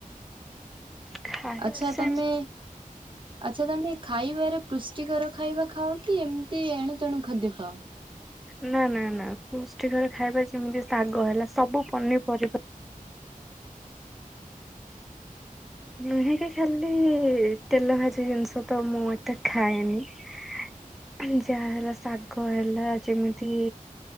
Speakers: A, in the centre; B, on the right (about 35°).
A: ଖାଇବା
B: ଆଚ୍ଛା
A: ସେମ
B: ତମେ ଆଚଛା ତମେ ଖାଇବାରେ ପୃଷ୍ଟିକର ଖାଇବା ଖାଅ କି ଏମିତି ଏଣୁ ତେଣୁ ଖାଦ୍ୟ ଖାଅ
A: ନା ନା ନା ପୃଷ୍ଟଟି ଘର ଖାଇବା ଯେମିତି ଶାଗ ହେଲା ସବୁ ପନିପରିବା ନୁହେଁ କି ଖାଲି ତେଲ ଭାଜି ଜିନିଷ ତ ମୁଁ ଏତେ ଖାଏନି ଯାହା ହେଲା ଶାଗ ହେଲା ଯେମିତି